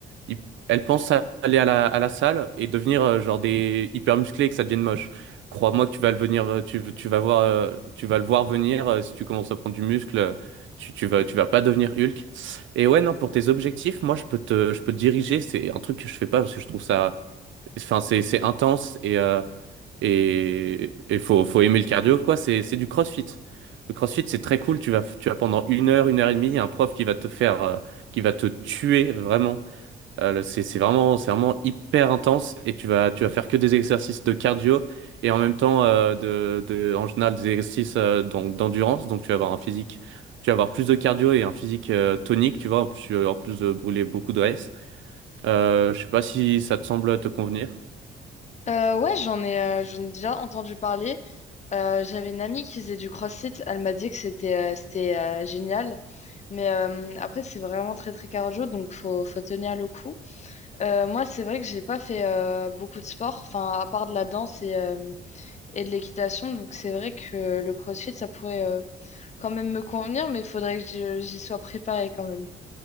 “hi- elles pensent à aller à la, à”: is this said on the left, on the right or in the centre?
Right